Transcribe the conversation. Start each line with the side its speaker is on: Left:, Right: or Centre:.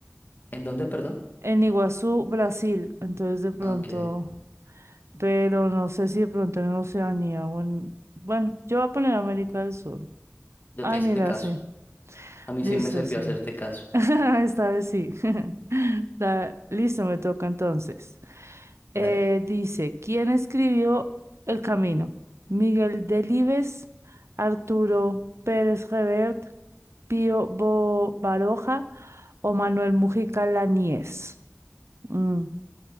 Left: ¿En dónde, perdón?
Right: En Iguazú, Brasil. Entonces de pronto,
Left: Aunque
Right: pero no sé si de pronto en Oceanía o en... Bueno, yo voy a poner América del Sur.
Left: yo
Right: Ay,
Left: te hice
Right: mira,
Left: caso.
Right: sí.
Left: A mí
Right: Listo,
Left: sí me sirvió
Right: sí.
Left: hacerte caso.
Right: <laughs> Esta vez sí. <laughs> Da- Listo, me toca entonces.
Left: Dale.
Right: Eh, dice, ¿quién escribió El Camino? Miguel Delibes, Arturo Pérez Revert, Pío Bo- Baroja o Manuel Mujica Laníez. Mm,